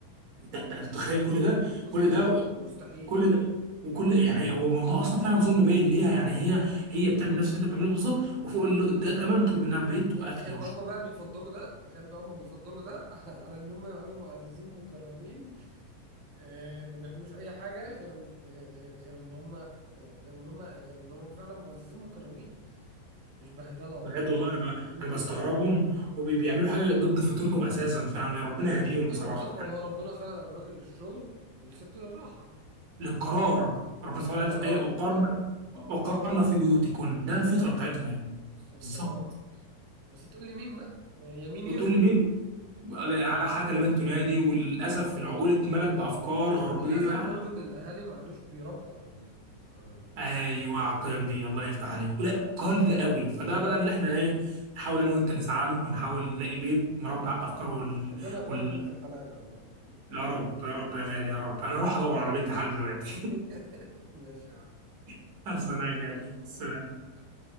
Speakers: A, on the right; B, on the right.
A: ده- ده- ده تخيل كل ده
B: مستحيل
A: كل ده
B: مستحيل
A: كل ده وكل يعني هو الموضوع اصلا فعلا ظلم باين ليها يعني هي هي بتعمل نفس اللي انت بتعمله بالظبط وفوق ال- ده كمان مطلوب منها بيت
B: ايوه
A: واكل
B: تخيل
A: وشرب
B: بقى هما بقى بيفضلوا ده تخيل بقى هما بيفضلوا ده <laughs> على ان هما يقعدوا معززين مكرمين آه ما بيعملوش اي حاجه غير إن- غير غير غير ان هما غير غير ان هما غير ان هما فعلا معززين مكرمين مش بهدله وقرف
A: بجد والله انا ب...
B: قله
A: انا
B: قيمه
A: بستغربهم
B: بصراحة.
A: وبيعملوا حاجه ضد فطرتهم اساسا فيعني ربنا يهديهم
B: ايوه
A: بصراحه
B: بالظبط هو ربنا خلق الراجل للشغل والست للراحه
A: للقرار ربنا سبحانه
B: والقرار
A: وتعالى قال ايه وقرن
B: والراحه
A: وقرن في بيوتكن ده الفطره
B: بس
A: بتاعتهم يعني
B: بس بس
A: بالظبط
B: هو بس تقول لي مين بقى هي مين
A: وتقول
B: يسمع
A: لي مين على حتى لمن تنادي وللاسف العقول اتملت بافكار غربيه
B: للاسف
A: يعني
B: برضو ان الاهالي ما عادوش بيربوا على ال... على ال...
A: ايوه
B: على الفكرة
A: على
B: دي.
A: القيم دي الله يفتح عليك لا قل قوي فده بقى اللي احنا ايه نحاول انا وانت نسعى له ونحاول نلاقي بيت مربع افكار وال...
B: ربنا وفقنا
A: وال...
B: في بنت الحلال والله
A: يا رب يا رب يا غالي يا رب انا اروح ادور على بنت حل دلوقتي
B: <laughs> ماشي يا عم
A: <laughs> خلص انا يا غالي
B: <laughs>
A: سلام